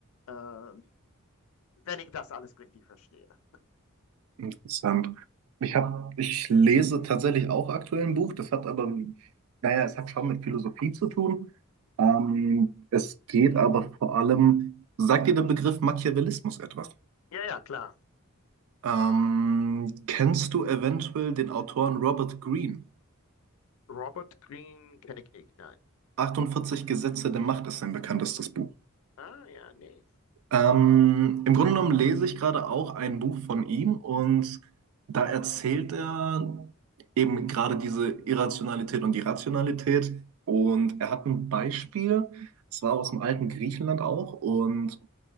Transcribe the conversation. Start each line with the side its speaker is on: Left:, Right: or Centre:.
Left: Ähm, wenn ich das alles richtig verstehe.
Right: Interessant. Ich hab, ich lese tatsächlich auch aktuell ein Buch, das hat aber, naja, es hat schon mit Philosophie zu tun. Ähm, es geht aber vor allem, sagt dir der Begriff Machiavellismus etwas?
Left: Ja, ja, klar.
Right: Ähm, kennst du eventuell den Autoren Robert Greene?
Left: Robert Greene kenne ich nicht, nein.
Right: 48 Gesetze der Macht ist sein bekanntestes Buch.
Left: Ah, ja, nee.
Right: Ähm, im Grunde genommen lese ich gerade auch ein Buch von ihm und da erzählt er eben gerade diese Irrationalität und die Rationalität und er hat ein Beispiel, es war aus dem alten Griechenland auch und